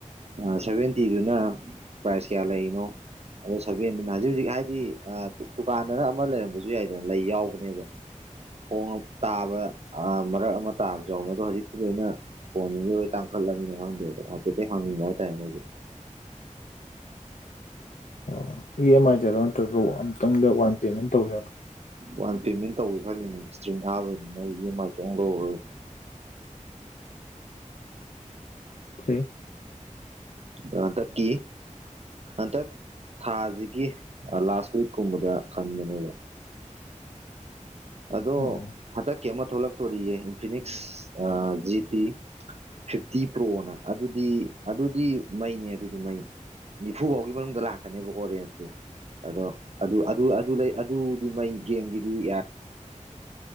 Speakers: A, on the right; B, on the left.
A: ꯑ ꯁꯦꯚꯦꯟꯇꯤꯗꯨꯅ ꯄ꯭ꯔꯥꯏꯖ ꯀꯌꯥ ꯂꯩꯔꯤꯅꯣ ꯑꯗ ꯁꯕꯦꯟꯗꯨꯅ ꯍꯧꯖꯤꯛ ꯍꯧꯖꯤꯛ ꯍꯥꯏꯗꯤ ꯑ ꯗꯨ ꯗꯨꯀꯥꯟꯗꯅ ꯑꯃ ꯂꯩꯔꯝꯕꯁꯨ ꯌꯥꯏꯗꯅ ꯂꯩ ꯌꯥꯎꯕꯅꯦꯕ ꯍꯣꯡꯉꯛ ꯇꯥꯕ ꯑꯥ ꯃꯔꯛ ꯑꯃ ꯇꯥꯕꯖꯨ ꯌꯥꯎꯕꯅꯤ ꯑꯗꯣ ꯍꯧꯖꯤꯛꯇꯤ ꯂꯣꯏꯅ ꯐꯣꯟꯅꯨꯡꯖꯨ ꯂꯣꯏ ꯇꯥꯡꯈꯠꯂꯃꯤꯅ ꯈꯪꯗꯦ ꯑꯗꯣ ꯍꯥꯏꯐꯦꯠꯇꯤ ꯍꯪꯅꯤꯡꯕ ꯍꯥꯏꯇꯥꯔꯦꯅꯦ ꯑꯩꯖꯨ
B: ꯑꯣ ꯏ ꯑꯦꯝ ꯑꯥꯏ ꯗꯔꯣ ꯅꯠꯇ꯭ꯔꯒ ꯋꯥ ꯑꯝꯇꯪꯗ ꯋꯥꯟ ꯄꯦꯃꯦꯟ ꯇꯧꯒꯦ ꯍꯥꯏꯔꯣ
A: ꯋꯥꯟ ꯄꯦꯃꯦꯟ ꯇꯧꯒꯦ ꯈꯜꯂꯤꯅꯦ ꯏꯁꯇ꯭ꯔꯤꯝ ꯊꯥꯕꯩꯅꯤꯅ ꯑꯩ ꯏ ꯑꯦꯝ ꯃꯥꯏ ꯆꯣꯡ ꯂꯧꯔꯔꯣꯏ
B: ꯐꯩ
A: ꯗꯥ ꯍꯟꯇꯛꯀꯤ ꯍꯟꯇꯛ ꯊꯥꯖꯤꯒꯤ ꯂꯥꯁ ꯋꯤꯛꯀꯨꯝꯕꯗ ꯈꯟꯕꯅꯦꯕ ꯑꯗꯣ
B: ꯑꯣ
A: ꯍꯟꯇꯛꯀꯤ ꯑꯃ ꯊꯣꯛꯂꯛꯇꯣꯔꯤꯌꯦ ꯏꯟꯐꯤꯅꯤꯛꯁ ꯑꯥ ꯖꯤ ꯇꯤ ꯐꯤꯐꯇꯤ ꯄ꯭ꯔꯣꯅ ꯑꯗꯨꯗꯤ ꯑꯗꯨꯗꯤ ꯃꯩꯅꯦ ꯑꯗꯨꯗꯤ ꯃꯩ ꯅꯤꯐꯨ ꯕꯥꯎꯒꯤ ꯃꯅꯨꯡꯗ ꯂꯥꯛꯀꯅꯦꯕꯀꯣ ꯔꯦꯟꯁꯇꯤ ꯑꯗꯣ ꯑꯗꯨ ꯑꯗꯨ ꯑꯗꯨ ꯂꯩ ꯑꯗꯨꯗꯤ ꯃꯩ ꯒꯦꯝꯒꯤꯗꯤ ꯌꯥ